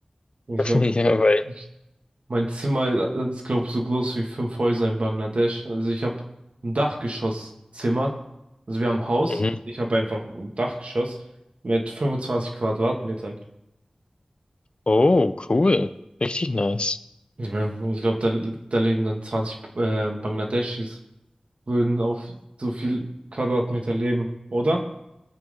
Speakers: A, on the right; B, on the left.
A: Ich
B: <laughs>
A: glaube,
B: Ja,
A: mein,
B: weil.
A: mein Zimmer äh, ist, glaube ich, so groß wie fünf Häuser in Bangladesch. Also ich habe ein Dachgeschosszimmer. Also wir haben ein Haus.
B: Mhm.
A: Ich habe einfach ein Dachgeschoss mit 25 Quadratmetern.
B: Oh, cool. Richtig nice.
A: Ja, und ich glaube, da, li- da leben dann 20 äh, Bangladeschis, würden auf so viel Quadratmeter leben, oder?